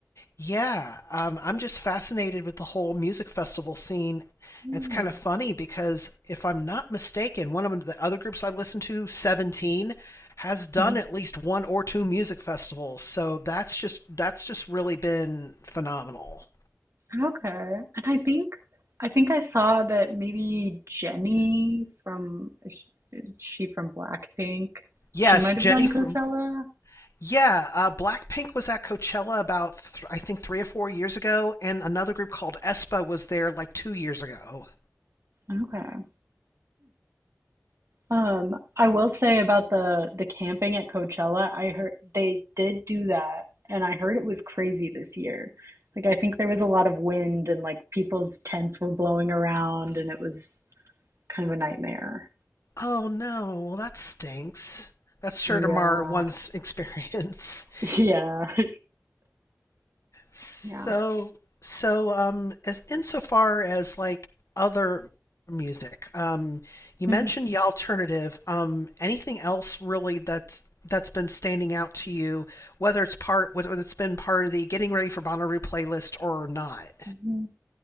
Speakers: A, on the left; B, on the right.
A: yeah, um, I'm just fascinated with the whole music festival scene.
B: Yeah.
A: It's kind of funny because if I'm not mistaken, one of the other groups I listen to, 17, has done
B: Mhm.
A: at least one or two music festivals. So that's just that's just really been phenomenal.
B: Okay. And I think I think I saw that maybe Jenny from is she from Blackpink,
A: Yes,
B: she might
A: Jenny
B: have done
A: from
B: Coachella.
A: yeah, uh, Blackpink was at Coachella about th I think three or four years ago, and another group called Espa was there like two years ago.
B: Okay. Um, I will say about the the camping at Coachella, I heard they did do that, and I heard it was crazy this year. Like I think there was a lot of wind and like people's tents were blowing around and it was kind of a nightmare.
A: Oh no, well that stinks. That's sure
B: Yeah.
A: to mar one's experience. <laughs>
B: <laughs> Yeah. <laughs>
A: So
B: Yeah.
A: so um as insofar as like other music, um you
B: Mhm.
A: mentioned the alternative. Um anything else really that's that's been standing out to you, whether it's part whether it's been part of the Getting Ready for Bonnaroo playlist or not?
B: Mhm.